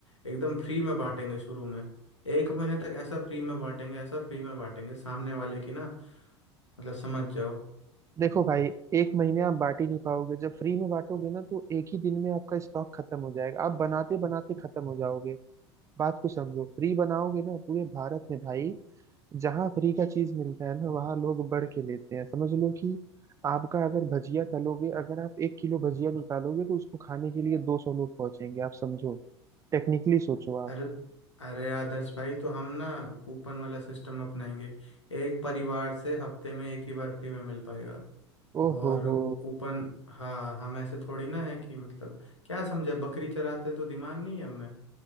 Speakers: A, on the left (about 80°); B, on the right (about 20°).
A: एकदम फ्री में बांटेंगे शुरू में एक महीने तक ऐसा फ्री में बांटेंगे ऐसा फ्री में बांटेंगे सामने वाले की ना मतलब समझ जाओ
B: देखो भाई एक महीने आप बांट ही नहीं पाओगे जब फ्री में बांटोगे ना तो एक ही दिन में आपका स्टॉक खत्म हो जाएगा आप बनाते बनाते खत्म हो जाओगे बात को समझो फ्री बनाओगे ना पूरे भारत में भाई जहाँ फ्री का चीज मिलता है ना वहाँ लोग बढ़ के लेते हैं समझ लो कि आपका अगर भजिया तलोगे अगर आप एक किलो भजिया निकालोगे तो उसको खाने के लिए दो सौ लोग पहुंचेंगे आप समझो टेक्निकली सोचो आप
A: अरे अरे आदर्श भाई तो हम ना कूपन वाला सिस्टम अपनाएंगे एक परिवार से हफ्ते में एक ही बार फ्री में मिल पाएगा
B: ओ
A: और
B: हो हो
A: वो कूपन हाँ हम ऐसे थोड़ी ना है कि मतलब क्या समझा बकरी चराते तो दिमाग नहीं है हमें